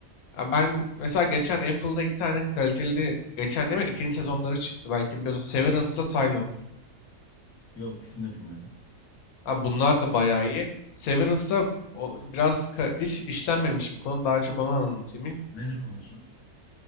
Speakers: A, on the left; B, on the left.
A: Ya ben mesela geçen Apple'da iki tane kaliteli, geçen değil mi ikinci sezonları çıktı. Belki biliyorsun Severance'da Silo.
B: Yok ikisini de bilmiyorum.
A: Ha bunlar da bayağı iyi. Severance'da o- biraz ka- hiç işlenmemiş bir konu. Daha çok onu anlatayım ilk.
B: Nedir konusu?